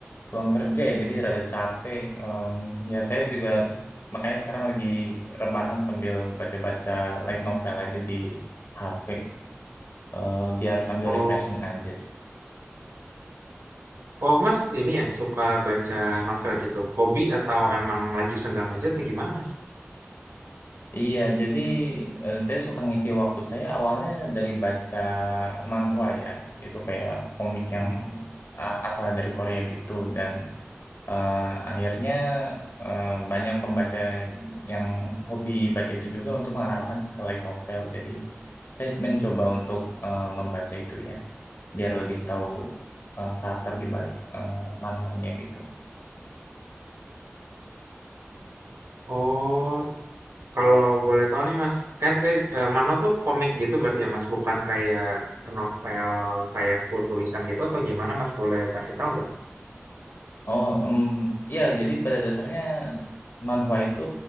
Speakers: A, on the left; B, on the right.
A: pulang kerja ya, jadi rada capek. Em, ya, saya juga makanya sekarang lagi rebahan sambil baca-baca light novel aja di HP. Eh, biar sambil
B: Oh,
A: refreshing aja.
B: oh Mas ini ya suka baca novel gitu. Hobi atau emang lagi senggang aja atau gimana Mas?
A: Iya, jadi eh, saya suka ngisi waktu saya awalnya dari baca manhwa ya, itu kayak komik
B: Hmm.
A: yang ah, asal dari Korea gitu dan eh, akhirnya eh, banyak pembaca yang hobi baca itu juga untuk mengarahkan ke light novel. Jadi saya mencoba untuk eh, membaca itu ya, biar lebih tahu eh, karakter di balik eh, manhwanya gitu.
B: Oh, kalau boleh tahu nih Mas, kan saya eh, Mano tuh komik gitu berarti ya Mas, bukan kayak novel kayak full tulisan gitu atau gimana Mas? Boleh kasih tahu nggak?
A: Oh, em, ya. Jadi pada dasarnya s- manhwa itu